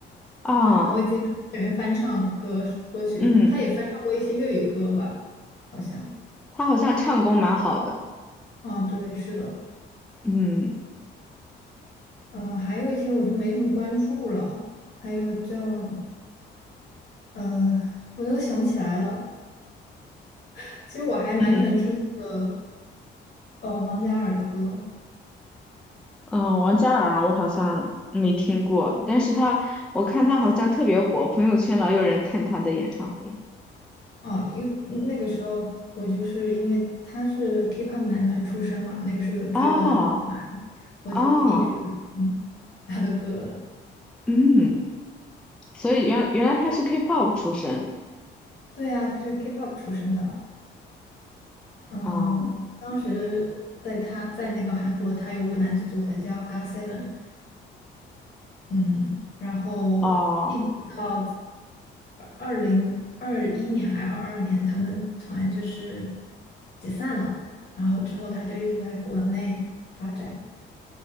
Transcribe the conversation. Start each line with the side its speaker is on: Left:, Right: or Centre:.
Centre: 啊，
Left: 他会经常在里面翻唱歌歌曲，
Centre: 嗯，
Left: 他也翻唱过一些粤语歌吧，好像。
Centre: 她好像唱功蛮好的，
Left: 啊，对，是的，
Centre: 嗯
Left: 嗯、还有一些我就没怎么关注了，还有叫呃，我都想不起来了。<laughs> 其实我还蛮喜欢听那个
Centre: 嗯
Left: 呃王嘉尔的歌，
Centre: 嗯，王嘉尔我好像没听过，但是他我看他好像特别火，朋友圈老有人看他的演唱会，
Left: 哦，因嗯那个时候我就是因为他是 K-pop 男团出身嘛，那个时候有追过他们团，
Centre: 哦
Left: 我就一直有听他的歌了。
Centre: 哦，嗯，所以原原来她是 K-pop 出身，
Left: 对啊，他是 K-pop 出身的，嗯，
Centre: 哦
Left: 当时在他在那个韩国，他有个男子组合叫 g o t SEVEN。嗯，然后一直到
Centre: 哦
Left: 二零二一年还是二二年，他们团就是解散了，然后之后他就一直在国内发展，